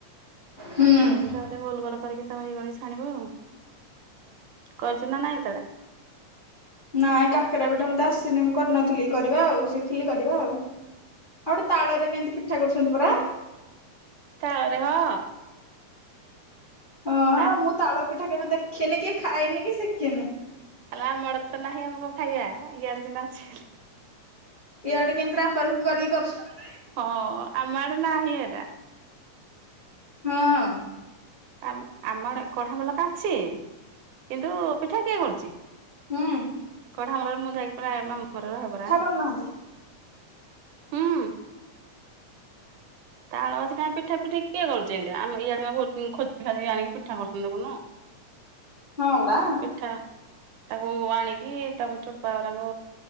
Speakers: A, on the left; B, on the right.
A: ହୁଁ
B: ଦେଇକି
A: ହୁଁ
B: ତାପରେ ଗୋଲ ଗୋଲ କରିକି ତାପରେ ଇଏ କରିକି ଛାଣିବ। କରିଛୁ ନା ନାଇଁ କେତବେଳେ।
A: ନାଇଁ କାକେରା ପିଠା ମତେ ଆସିନି ମୁଁ କରିନଥିଲି କରିବା ଆଉ ଶିଖିଲେ କରିବା ଆଉ। ଆଉ ଗୋଟେ ତାଳରେ କେମିତି ପିଠା କରୁଛନ୍ତି ପରା?
B: ତାପରେ, ହଁ।
A: ହଁ
B: ତା
A: ମୁଁ ତାଳ ପିଠା କେବେ ଦେଖିନି କି ଖାଇନି କି ଶିଖିନି।
B: ହେଲା ଆମର ତ ନାହିଁ ଆମେ କଣ ଖାଇବା ଇଆଡେ ସିନା ଅଛି।
A: ଏଡ କେମିତି ରାମ୍ପ ରମ୍ପି କରିକି କରୁଛନ୍ତି।
B: ହଁ ଆମଆଡ଼େ ନାହିଁ ଏରା।
A: ହଁ।
B: ଆ ଆମେ କଢ ମଲକା ଅଛି କିନ୍ତୁ ପିଠା କିଏ କରୁଛି।
A: ହୁଁ।
B: କଢାମଳରେ ମୁଁ ଯାଇକି ପୁରା ମାମୁଁ ଘର ରହେ ପରା।
A: କନାହାନ୍ତି
B: ହୁଁ। ତାଳ ଅଛି କାହିଁ ପିଠା ପିଠି କିଏ କରୁଛନ୍ତି। ଆମ ଇଆଡ ଖୋଜି ଖାଜି ଆଣିକି ପିଠା କରୁଛନ୍ତି ଦେଖୁନ।
A: ହଁ ବା।
B: ପିଠା ତାକୁ ଆଣିକି ତାକୁ ଚୋପା ଗୁଡାକ